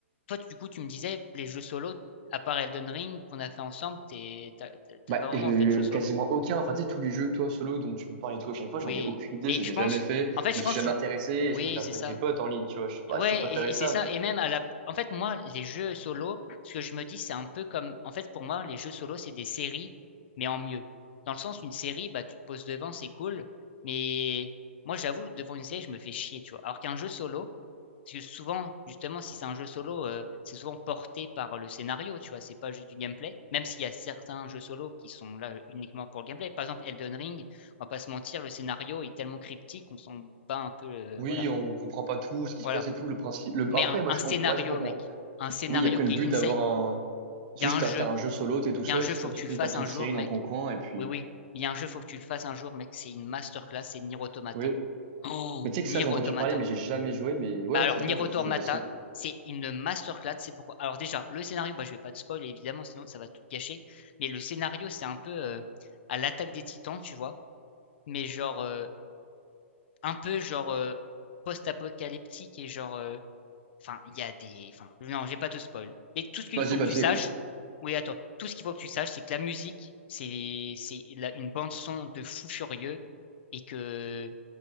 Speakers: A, on the left; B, on the right.
A: toi, du coup, tu me disais, les jeux solo, à part Elden Ring qu'on a fait ensemble, t'es, t'as, t'as
B: Bah,
A: pas vraiment
B: j'ai
A: fait de jeu solo.
B: quasiment aucun. Enfin, tu sais, tous les jeux que toi, solo, dont tu me parles et tout, à chaque fois,
A: Oui.
B: j'en ai aucune idée,
A: Mais
B: je
A: je
B: les ai
A: pense,
B: jamais fait, je
A: en fait, je
B: me suis
A: pense,
B: jamais
A: que-
B: intéressé, et
A: oui,
B: je préfère
A: c'est
B: jouer
A: ça.
B: avec mes potes en ligne, tu vois. Je, bah,
A: Ouais,
B: je tout préférais
A: et, et
B: ça,
A: c'est ça.
B: donc.
A: Et
B: euh,
A: même à la, en fait, moi, les jeux solo, ce que je me dis, c'est un peu comme, en fait, pour moi, les jeux solo, c'est des séries, mais en mieux. Dans le sens, une série, bah, tu te poses devant, c'est cool. Mais moi, j'avoue, devant une série, je me fais chier, tu vois. Alors qu'un jeu solo, parce que souvent, justement, si c'est un jeu solo, euh, c'est souvent porté par le scénario, tu vois. C'est pas juste du gameplay. Même s'il y a certains jeux solo qui sont là uniquement pour le gameplay. Par exemple, Elden Ring, on va pas se mentir, le scénario est tellement cryptique qu'on s'en bat un peu, euh,
B: Oui,
A: voilà.
B: on comprend pas tout, ce qui
A: Voilà
B: se passe et tout, le principe. Le...
A: mais
B: Après,
A: un,
B: moi,
A: un
B: je
A: scénario,
B: comprends. Ouais, je comprends.
A: mec. Un scénario
B: Oui, après,
A: qui
B: le but
A: est insane.
B: d'avoir un. c'est
A: Il y a
B: Juste,
A: un
B: t'as,
A: jeu.
B: t'as un jeu solo, t'es tout
A: Il
B: seul,
A: y a un jeu,
B: c'est
A: faut
B: comme
A: que
B: si
A: tu
B: tu
A: le fasses
B: fais ta petite
A: un jour,
B: série dans
A: mec.
B: ton coin, et puis.
A: Oui, oui. Il y a un jeu, faut que tu le fasses un jour, mec. C'est une masterclass, c'est Nier Automata.
B: Oui.
A: Oh,
B: Mais tu sais que
A: Nier
B: ça, j'ai entendu
A: Automata.
B: parler, mais j'ai jamais joué, mais ouais,
A: Bah
B: un
A: alors,
B: de ces
A: Nier
B: quatre,
A: Automata,
B: vas-y, je le testerai.
A: c'est une masterclass. C'est pourquoi. Alors déjà, le scénario, bah je vais pas te spoiler, évidemment, sinon ça va tout gâcher. Mais le scénario, c'est un peu euh, à l'attaque des Titans, tu vois. Mais genre, euh, un peu genre euh, post-apocalyptique et genre euh, Enfin, il y a des. Enfin, non, je vais pas te spoil. Mais tout ce qu'il
B: Vas-y,
A: faut
B: bah,
A: que tu
B: tu
A: saches.
B: sais.
A: Oui, attends. Tout ce qu'il faut que tu saches, c'est que la musique, c'est c'est la- une bande son de fou furieux et que